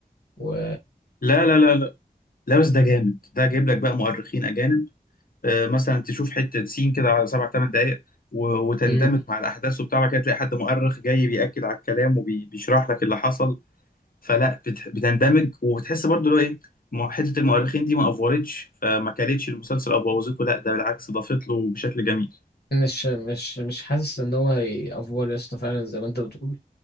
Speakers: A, on the left; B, on the left.
A: و
B: لا لا لا لا لا بس ده جامد ده جايب لك بقى مؤرخين أجانب آه مثلا تشوف حتة سين كده على سبع تمن دقايق و- وتندمج
A: مم.
B: مع الأحداث وبتاع بعد كده تلاقي حد مؤرخ جاي بيأكد على الكلام وبيشرح لك اللي حصل فلا بت- بتندمج وبتحس برضه اللي هو إيه م- حتة المؤرخين دي ما أفورتش فما كلتش المسلسل أو بوظته لا ده بالعكس ضافت له بشكل جميل
A: مش مش مش حاسس ان هو هيأفور يا اسطى فعلا زي ما انت بتقول